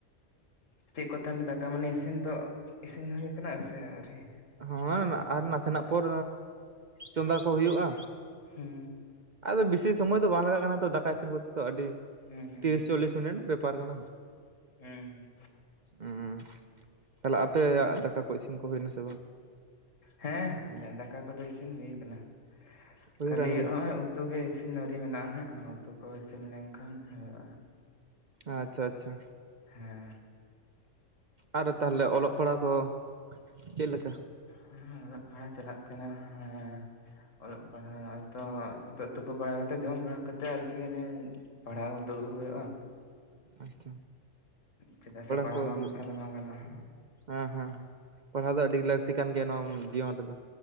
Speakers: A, on the left; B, on the right.
A: ᱪᱮᱜ ᱠᱚ ᱛᱟᱦᱚᱞᱮ ᱫᱟᱠᱟ ᱢᱟᱱᱮ ᱤᱥᱤᱱ ᱫᱚ ᱤᱥᱤᱱ ᱦᱩᱭᱩ ᱠᱟᱱᱟ ᱥᱮ ᱟᱹᱣᱨᱤ?
B: ᱦᱚᱸ
A: ᱫᱟᱠᱟ ᱠᱚᱫᱚ
B: ᱟᱨ ᱱᱟᱥᱮᱱᱟᱜ ᱯᱚᱨ ᱪᱚᱸᱫᱟ ᱠᱚ ᱦᱩᱭᱩᱜᱼᱟ᱾
A: ᱦᱩᱸ
B: ᱟᱫᱚ ᱵᱤᱥᱤ ᱥᱚᱢᱚᱭ ᱫᱚ ᱵᱟᱝ ᱞᱟᱜᱟᱜ ᱠᱟᱱᱟ ᱛᱚ ᱫᱟᱠᱟ ᱤᱥᱤᱱ ᱠᱚ ᱛᱚ ᱟᱹᱰᱤ,
A: ᱦᱩᱸ ᱦᱩᱸ
B: ᱛᱤᱨᱤᱥ
A: ᱦᱩᱸ
B: ᱪᱚᱞᱞᱤᱥ ᱢᱤᱱᱤᱴ ᱵᱮᱯᱟᱨ ᱠᱟᱱᱟ᱾
A: ᱦᱩᱸ ᱦᱩᱸ
B: ᱩᱸᱻ, ᱛᱟᱦᱚᱞᱮ ᱟᱯᱮᱭᱟᱜ ᱫᱟᱠᱟ ᱠᱚ ᱤᱥᱤᱱ ᱠᱚ ᱦᱩᱭᱱᱟ ᱥᱮ ᱵᱟᱝ?
A: ᱦᱮᱸ ᱟᱞᱮᱭᱟᱜ ᱫᱟᱠᱟ ᱠᱚᱫᱚ ᱤᱥᱤᱱ ᱦᱩᱭ ᱠᱟᱱᱟ,
B: ᱦᱩᱭ
A: ᱠᱷᱟᱹᱞᱤ
B: ᱟᱠᱟᱱ ᱜᱮᱭᱟ
A: ᱦᱚᱸᱜᱼᱚᱭ ᱩ ᱛᱩ ᱜᱮ ᱤᱥᱤᱱ ᱟᱹᱣᱨᱤ ᱢᱮᱱᱟᱜᱼᱟ ᱱᱟᱦᱟᱜ ᱟᱸ ᱩᱛᱩ ᱠᱚ ᱤᱥᱤᱱ ᱞᱮᱱᱠᱷᱟᱱ ᱦᱩᱭᱩᱜᱼᱟ ᱦᱟᱸᱜ᱾
B: ᱟᱪᱪᱷᱟ ᱟᱪᱪᱷᱟ᱾
A: ᱦᱮᱸ᱾
B: ᱟᱨ ᱛᱟᱦᱚᱞᱮ ᱚᱞᱚᱜ ᱯᱟᱲᱦᱟᱜ ᱠᱚ? ᱪᱮᱫ ᱞᱮᱠᱟ
A: ᱦᱩᱸ ᱚᱞᱚᱜ ᱯᱟᱲᱦᱟᱜ ᱪᱟᱞᱟᱜ ᱠᱟᱱᱟ ᱦᱮᱸ᱾ ᱚᱞᱚᱜ ᱯᱟᱲᱦᱟᱜ ᱛᱚ ᱱᱤᱛᱚᱜ ᱛᱩᱯᱩ ᱵᱟᱲᱟ ᱠᱟᱛᱮ ᱡᱚᱢ ᱵᱟᱲᱟ ᱠᱟᱛᱮᱫ ᱟᱨᱠᱤ ᱚᱱᱮ ᱯᱟᱲᱦᱟᱣ ᱠᱟ ᱫᱩᱲᱩᱵ ᱦᱩᱭᱩᱜᱼᱟ᱾
B: ᱟᱪᱪᱷᱟ
A: ᱪᱮᱫᱟᱜ ᱥᱮ ᱯᱟᱲᱦᱟᱣ
B: ᱠᱚ
A: ᱵᱟᱝ
B: ᱫᱩᱲᱩᱵ
A: ᱞᱮᱱᱠᱷᱟᱱ ᱫᱚ ᱵᱟᱝ ᱜᱟᱱᱚᱜᱼᱟ᱾
B: ᱦᱮᱸ ᱦᱮᱸ ᱦᱮᱸ, ᱯᱟᱲᱦᱟᱣ ᱫᱚ ᱟᱹᱰᱤ ᱞᱟᱹᱠᱛᱤ ᱠᱟᱱ ᱜᱮᱭᱟ ᱱᱚᱣᱟ ᱡᱤᱭᱚᱱ ᱨᱮᱫᱚ᱾